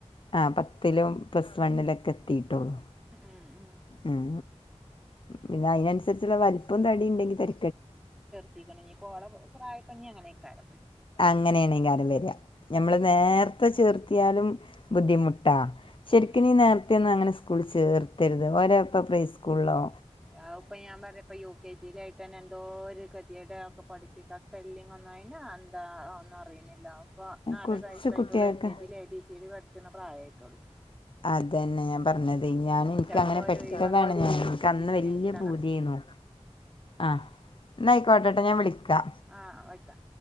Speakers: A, on the left; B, in the centre.
A: ആ പത്തിലും. പ്ലസ് വണ്ണിലൊക്കെ എത്തീട്ടുള്ളു
B: ഉം ഉം
A: ഉം പിന്നെഅയിനൻസെരി സരിച്ച് വൽപ്പം തടി ണ്ടെങ്കിൽ തര
B: തികഞ്ഞി പ്പോള പ്രായ ഞ്ഞിങ്ങനെയ്ക്കാരം.
A: അങ്ങണെയ്കാരം വെരാ ഞമ്മള്
B: ഉം
A: നേര്ത്തെ ചേർത്തിയാലും ബുദ്ധിമുട്ടാ. ശെരിക്ക്
B: ഉം
A: നി നേരത്തെന്നും അങ്ങനെ സ്കൂൾല്ചേർത്തരുത് ഓരപ്പ പ്രീസ്കൂളില്ലോ.
B: ഔ പ്പ ഞാ പറഞ്പ്പ യു. കെ. ജി. ന്ന്ട്ട് തന്നെന്തോര് കെതിയെടാ പഠിപ്പിക്കാൻ സ്പെല്ലിങ്ങെന്നും അയിന് ന്താ ഒന്നും അറിണില്ല. പ്പൊ നാലര
A: കുറച്ച്
B: വയസ്സായിട്ടെള്ളൂ
A: കുട്ടികൾക്ക്
B: എൽ. K. G. A. B. C D പഠിച്ച്ണ പ്രായായിട്ടെള്ളൂ.
A: അതെന്നെ ഞാ പറഞ്ഞതെ ഞാനിൻക്കങ്ങനെ
B: ചെലപ്പോ
A: പെട്ടതാണ്
B: ഒരു ഈ വർഷം
A: ഞാന്
B: കൂടി യു
A: ൻക്കന്ന്
B: കെ ജിയിൽ തന്നെ
A: വല്വ
B: ഇരുത്തണം
A: പൂതിയെന്നു. ആഹ് ന്നയിക്കോട്ടട്ടോ ഞാ വിളിക്കാ.
B: ആഹ് വയ്ക്ക.